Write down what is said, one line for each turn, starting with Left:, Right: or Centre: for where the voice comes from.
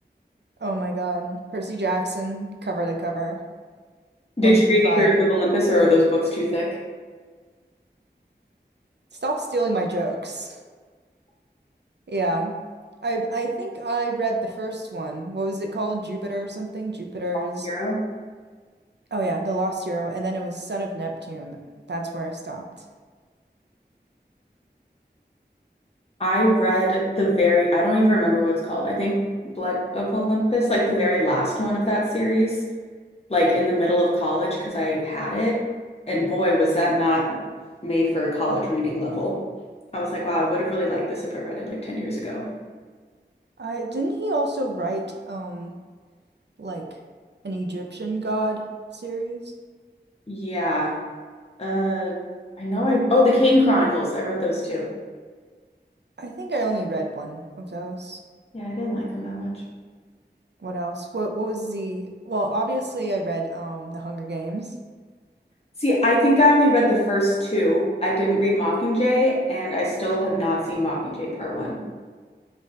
Right: Oh my God. Percy Jackson, cover to cover,
Left: Did
Right: one
Left: you
Right: through
Left: read
Right: five.
Left: The Heroes of Olympus, or are those books too thick?
Right: Stop stealing my jokes. Yeah. I I think I read the first one. What was it called? Jupiter or something? Jupiter's
Left: Lost Hero.
Right: Oh yeah, The Lost Hero, and then it was Son of Neptune. That's where I stopped.
Left: I read the very, I don't even remember what it's called. I think Blood of Olympus, like the very last one of that series. like in the middle of college because I had it. And boy, was that not made for a college reading level. I was like, wow, I would have really liked this if I read it like 10 years ago.
Right: I didn't he also write um like an Egyptian god series?
Left: Yeah. Uh, I know I, oh, The Kane Chronicles. I read those too.
Right: I think I only read one of those.
Left: Yeah, I didn't like them that much.
Right: What else? What what was the well, obviously I read um The Hunger Games.
Left: See, I think I only read the first two. I didn't read Mockingjay, and I still have not seen Mockingjay Part One.